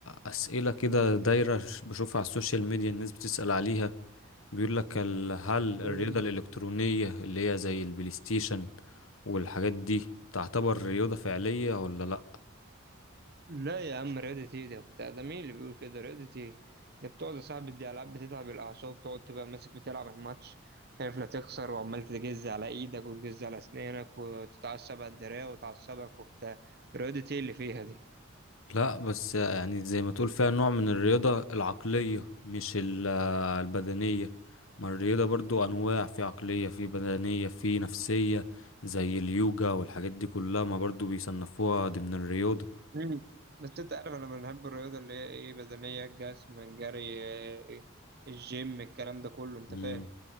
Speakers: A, on the left; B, on the right.
A: أسئلة كده دايرة ش- بشوفها على السوشيال ميديا الناس بتسأل عليها بيقول لك ال- هل الرياضة
B: إيه،
A: الإلكترونية اللي هي زي البلاي ستيشن والحاجات دي تعتبر رياضة فعلية ولا لأ
B: لا يا عم رياضة ايه ده بتاع ده مين اللي بيقول كده رياضة ايه ده بتقعد يا صاحبي دي ألعاب بتتعب الأعصاب تقعد تبقى ماسك بتلعب الماتش خايف لا تخسر وعمال تجز على إيدك وتجز على أسنانك وتتعصب على الدراع وتعصبك وبتاع رياضة ايه اللي فيها دي
A: لا بس يعني زي ما تقول فيها نوع من الرياضة العقلية مش ال- البدنية ما الرياضة برضو أنواع في عقلية في بدنية في نفسية زي اليوجا والحاجات دي كلها ما برضو بيصنفوها ضمن الرياضة
B: مم. بس انت عارف انا بنحب الرياضه اللي هي ايه بدنيه الجسم الجري إيه، الجيم الكلام ده كله انت
A: مم.
B: فاهم